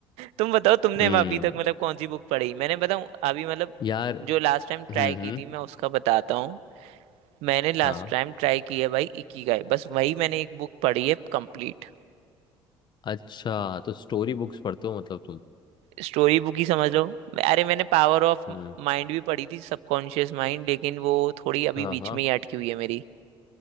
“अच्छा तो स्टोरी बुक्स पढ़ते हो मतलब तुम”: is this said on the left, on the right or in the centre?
Left